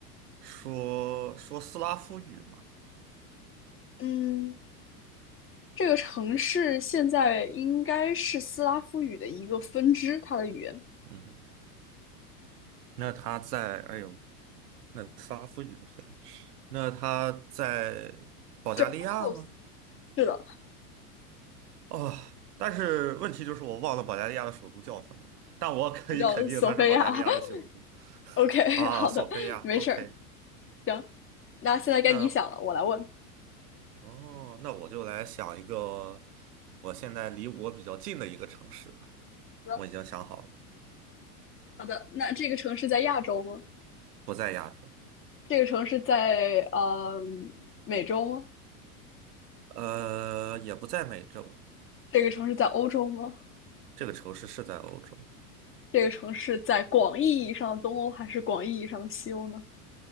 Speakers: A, on the right (about 80°); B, on the left (about 25°).
A: 说说斯拉夫语嘛。
B: 嗯，这个城市现在应该是斯拉夫语的一个分支，它的语言
A: 嗯哼那他在，哎呦，那斯拉夫语的算是，那他在保加利亚吗？
B: 就是它受是的，
A: 哦，但是问题就是我忘了保加利亚的首都叫什么，但我可以肯定它是保加利亚的首都
B: 它叫索菲亚。<laughs> OK，
A: 啊，
B: 好的，
A: 索菲亚。
B: 没事儿，
A: OK，
B: 行。那现在该你想了，
A: 那
B: 我来问。
A: 哦，那我就来想一个我现在离我比较近的一个城市吧，
B: 好的，
A: 我已经想好了，
B: 好的。那这个城市在亚洲吗？
A: 不在亚洲，
B: 这个城市在呃美洲吗？
A: 呃，也不在美洲，
B: 这个城市在欧洲吗？
A: 这个城市是在欧洲，
B: 这个城市在广义意义上的东欧还是广义意义上的西欧呢？